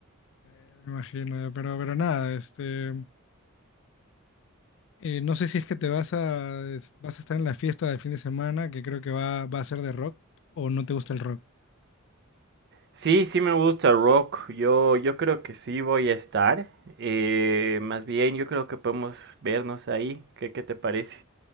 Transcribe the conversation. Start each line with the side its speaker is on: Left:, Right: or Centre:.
Left: Eh, Me imagino, eh, pero, pero nada, este, eh, no sé si es que te vas a, es- vas a estar en la fiesta del fin de semana, que creo que va, va a ser de rock, o no te gusta el rock.
Right: Sí, sí me gusta rock. Yo, yo creo que sí voy a estar. Eh, más bien, yo creo que podemos vernos ahí. ¿Qué, qué te parece?